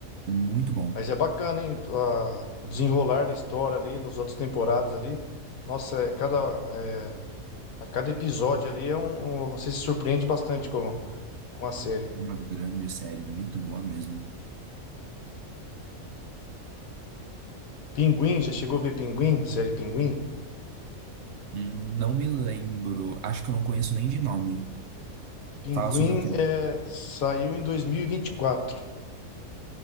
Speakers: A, on the right; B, on the left.
A: É muito bom.
B: Mas é bacana, hein? A- o desenrolar da história ali nos outras temporadas ali. Nossa, é, cada, é, a cada episódio ali é um, um- você se surpreende bastante com, com a série.
A: É Uma grande série, muito boa mesmo.
B: Pinguim, já chegou a ver Pinguim? A série Pinguim?
A: Hum, Não me lembro, acho que eu não conheço nem de nome.
B: Pinguim
A: Fala sobre o quê?
B: é, saiu em dois mil e e vinte e quatro.